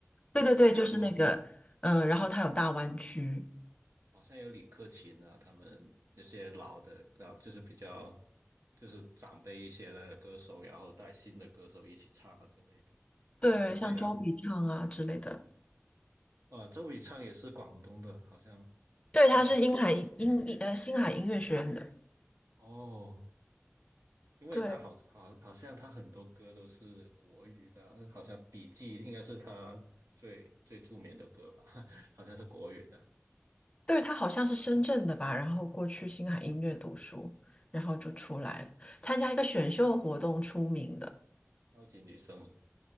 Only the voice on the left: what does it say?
对对对，
就是那个，嗯、然后他有大湾区，
对，像周笔畅啊之类的。
对，他是英海音呃星海音乐学院的，
对
对，他好像是深圳的吧，然后过去星海音乐读书，然后就出来了，参加一个选秀活动出名的。